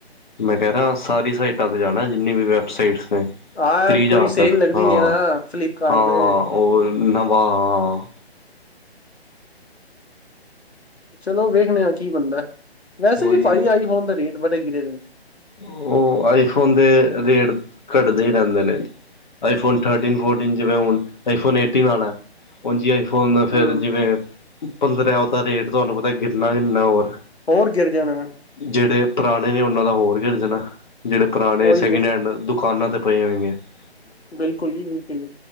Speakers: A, on the left; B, on the left.
A: ਮੈਂ ਕਹਿ ਰਿਹਾ ਸਾਰੀ ਸਾਈਟਾਂ ਤੇ ਜਾਣਾ ਜਿੰਨੀ ਵੀ ਵੈਬਸਾਈਟਸ ਨੇ
B: ਹਾਂ
A: ਤੀਹ ਹਜ਼ਾਰ
B: ਕੋਈ ਸੇਲ
A: ਤੱਕ
B: ਲੱਗਣੀ
A: ਹਾਂ
B: ਹੈ ਨਾ ਫਲਿੱਪਕਾਰਟ
A: ਹਾਂ
B: ਤੇ
A: ਉਹ ਨਵਾਂ ਹਾਂ
B: ਚਲੋ ਵੇਖਣੇ ਆ ਕੀ ਬੰਦਾ ਵੈਸੇ
A: ਉਹੀ
B: ਵੀ ਭਾਈ ਆਈ ਫੋਨ ਦਾ ਰੇਟ ਬੜੇ ਗਿਰੇ ਰਦੇ
A: ਉਹ ਆਈਫੋਨ ਦੇ ਰੇਟ ਘੱਟਦੇ ਹੀ ਰਹਿੰਦੇ ਨੇ ਆਈ ਫੋਨ ਥਰਟੀਨ ਫੋਰਟੀਨ ਜਿਵੇਂ ਹੁਣ ਆਈੋਨ ਏਟੀਨ ਆਾ ਹੈ ਉ ਜੀ ਆਈਫੋਨ
B: ਹੂੰ
A: ਫਿਰ ਜਿਵੇਂ ਪੰਦਰਾਂ ਉਹਦਾ ਰੇਟ ਤੁਹਾਨੂੰ ਪਤਾ ਗਿਰਨਾ ਕਿੰਨਾ ਹੋਰ
B: ਹੋਰ ਗਿਰ ਜਾਣਾ
A: ਜਿਹੜੇ ਪੁਰਾਣੇ ਨੇ ਉਹਨਾਂ ਦਾ ਹੋਰ ਗਿਰ ਜਾਣਾ ਜਿਹੜੇ ਪੁਰਾਣੇ
B: ਉਹੀ
A: ਸੈਕਿੰਡ
B: ਤੇ
A: ਹੈਂਡ ਦੁਕਾਨਾਂ ਤੇ ਪਈਵਗੇ <unintelligible>
B: ਬਿਲਕੁਲ ਜੀ ਬਿਲਕੁਲ ਜੀ